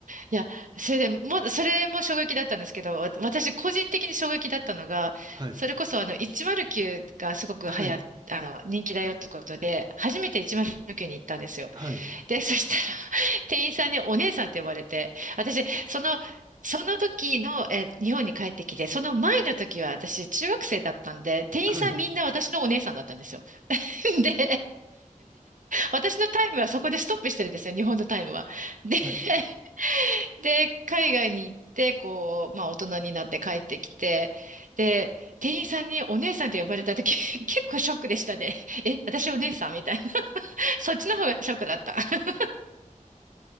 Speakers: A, on the right; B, on the right.
A: いや、それでも、それも衝撃だったんですけど、わ私個人的に衝撃だったのが、
B: はい。
A: それこそあの、109がすごく流行っあの、
B: はい。
A: 人気だよってことで、初めて109に行ったんですよ。
B: はい。
A: で、そしたら、<laughs> 店員さんにお姉さんって呼ばれて、私、その、その時の、え、日本に帰ってきて、その前の時は私、中学生だったんで、店員さんみんな私のお姉さんだったんですよ。
B: はい。
A: <laughs> で、で、私のタイムはそこでストップしてるんですよ、日本のタイムは。で、
B: はい。
A: <laughs> で、海外に行って、こう、まあ大人になって帰ってきて、で、店員さんにお姉さんって呼ばれた時、<laughs> 結構ショックでしたね。え、私お姉さんみたいな。そっちの方がショックだった。<laughs>